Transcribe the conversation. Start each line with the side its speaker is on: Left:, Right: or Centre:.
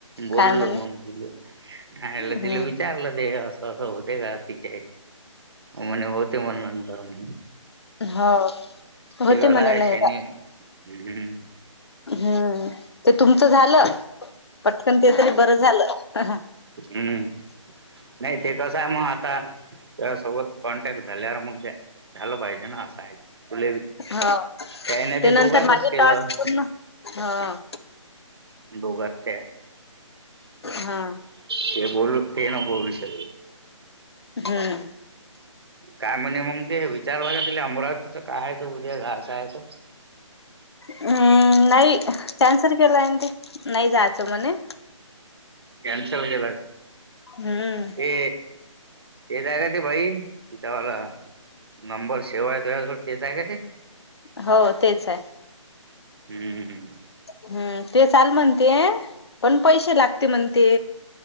Right: बोललो
Left: काय म्हणे
Right: मग तिले
Left: हम्म
Right: दिलं विचारलं देह अस तसं होते का तिच्या म्हणे होते मग नंतर मग.
Left: हा. होते
Right: ते कसा
Left: म्हणे
Right: आहे
Left: नाही
Right: शनी् हम्म.
Left: हम्म. ते तुमचं झालं पटकन ते तरी बरं झालं अ ह.
Right: हम्म नाही ते का. झा मग आता त्यासोबत कॉन्टॅक्ट झाल्यावर मग त्या. झालं पाहिजे ना असं फुले त्याने
Left: हो
Right: ते दोघातच
Left: नंतर माझे
Right: केलं.
Left: टास्क पूर्ण हा.
Right: दोघात त्या.
Left: हा.
Right: ते बोलू ते नको विषय
Left: हम्म.
Right: काय म्हणजे मग ते विचारलं त अमरावतीच काय आहे त उद्या घासायचं.
Left: हम्म नाही कॅन्सल केला हे न ते नाही जायच म्हणे.
Right: कॅनसल केला.
Left: हम्म.
Right: ए ए काय करते बहीण तिचावाला. नंबर सेवाय तुज्या पासून तेच आहेय का ते.
Left: हो तेच आहे.
Right: हम्म.
Left: हम्म ते चाल म्हणते पण पैसे लागते म्हण ते.